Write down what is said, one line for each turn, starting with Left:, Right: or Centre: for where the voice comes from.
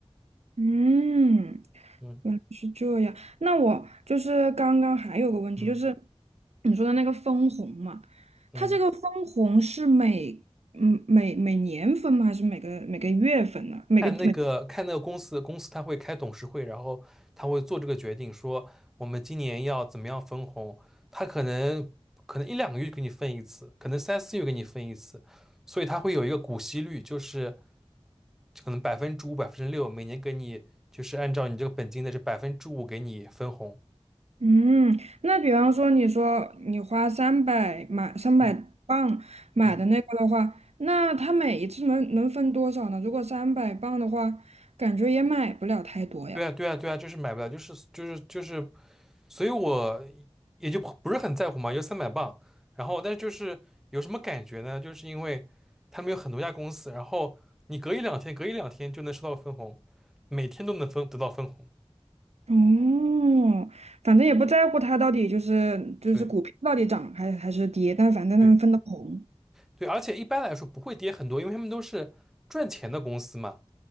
Right: 嗯，
Centre: 嗯
Right: 原来是这样。那我就是刚刚还有个问题，
Centre: 嗯
Right: 就是你说的那个分红嘛，
Centre: 嗯。
Right: 它这个分红是每嗯每每年分吗？还是每个每个月分呢？每个每
Centre: 看那个看那个公司，公司他会开董事会，然后他会做这个决定，说我们今年要怎么样分红。他可能可能一两个月给你分一次，可能三四月给你分一次，所以他会有一个股息率，就是可能百分之五、百分之六，每年给你就是按照你这个本金的这百分之五给你分红。
Right: 嗯，那比方说你说你花三百买三百磅买的那个的话，
Centre: 嗯嗯，
Right: 那它每一次能能分多少呢？如果三百磅的话，感觉也买不了太多呀。
Centre: 对啊对啊对啊，就是买不了，就是就是就是。所以我也就不是很在乎嘛，有三百磅。然后，但是就是有什么感觉呢？就是因为他们有很多家公司，然后你隔一两天，隔一两天就能收到分红，每天都能分得到分红。
Right: 哦，反正也不在乎它到底就是就是股票到底涨还还是跌，
Centre: 对
Right: 但反正它能分到红。
Centre: 对对，而且一般来说不会跌很多，因为他们都是赚钱的公司嘛。